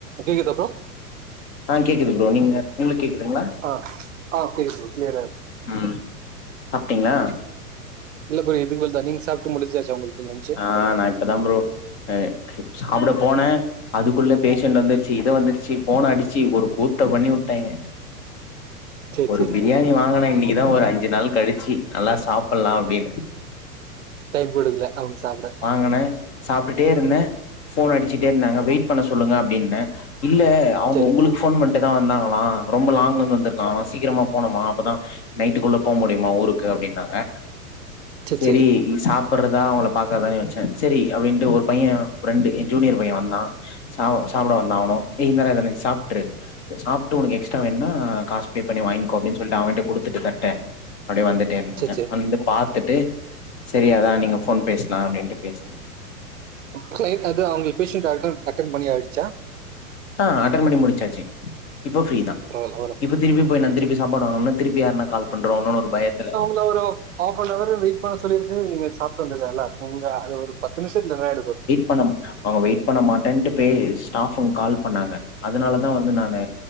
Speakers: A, on the right (about 55°); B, on the left (about 45°).
A: கேக்குதா ப்ரோ
B: ஆ கேக்குதுங் ப்ரோ நீங்க உங்களுக்கு கேக்குதுங்களா
A: ஆ ஆ கேக்குது ப்ரோ க்ளியரா
B: ம் சாப்டிங்களா
A: இல்ல ப்ரோ இதுக்கு மேல தா நீங் சாப்ட்டு முடிசாச்சா உங்களுக்கு லஞ்சு
B: ஆ நா இப்பதா ப்ரோ ஆ சாப்ட போன அதுக்குள்ள பேஷண்ட் வந்துருச்சு இத வந்துருச்சு போன் அடிச்சு ஒரு கூத்த பண்ணி வுட்டாய்ங்க
A: சரி
B: ஒரு
A: சரி
B: பிரியாணி வாங்கன இன்னிக்குதா ஒரு அஞ்சு நாள் கழிச்சு நல்லா சாப்டலா அப்டின்னு
A: டைம் போய்டுதுல அவங்க சாப்ட
B: வாங்குன்ன சாப்புட்டுட்டே இருந்த போன் அடிச்சிட்டே இருந்தாங்க வெயிட் பண்ண சொல்லுங்க அப்டின்னே இல்ல அவுங்க
A: சரி
B: உங்களுக் ஃபோன் பண்ட்டுதா வந்தாங்களா ரொம்ப லாங்லர்ந்து வந்திருக்காங்களா சீக்கிரமா போனுமா அப்பதா நைட்டுக்குள்ள போ முடியுமா ஊருக்கு அப்டின்னாங்க
A: சரி
B: செரி
A: சரி
B: இனி சாப்பட்றதா அவங்கள பாக்கறதான் யோஸ்ச்சே செரி அப்டின்ட்டு ஒரு பைய ஃப்ரெண்டு எ ஜூனியர் பைய வந்தா சா சாப்ட வந்தா அவனு ஏய் இந்தா டா இத நீ சாப்ட்ரு சாப்புட்டு உனக்கு எக்ஸ்ட்ரா வேண்னா காசு பே பண்ணி வாய்ங்க்கோ அப்டின் சொல்ட்டு அவன்ட்ட குடுத்துட்டு தட்ட அப்டியே வந்துட்டே இர்ந்துட்டே
A: சரி சரி
B: வந்து பாத் துட்டு செரி அதா நீங்க ஃபோன் பேஸ்லா அப்டின்ட்டு பேஸ்ன
A: கிளைண்ட் அது அவுங்ள்க் பேஷன்ண்ட அட்ரன் அட்டென் பண்ணி ஆயிடுச்சா
B: ஆ அட்டன் பண்ணி முடிச்சாச்சு இப்போ ஃப்ரீ தா
A: பரவாயில்ல வரும்
B: இப்ப திருப்பி போய் நா திருப்பி
A: சரி சரி
B: சாப்பாடு வாங்ணுன்னா திருப்பி யாருனா கால் பண்ருவாங்களோனு ஒரு பயத்துல
A: ல்ல ஒரு ஹாஃபனவரு வெயிட் பண்ண சொல்லிட்டு நீ சாப்ட்டு வந்துருக்கலால்ல உங்க அது ஒரு பத்து நிம்ஷத்துல என்ன ஆய்ட போது
B: பணம் அவுங்க வெய்ட் பண்ண மாட்டேன்ட்டு போய் ஸ்டாஃப் ரூம் கால் பண்ணாங்க அதுனால தா வந்து நானு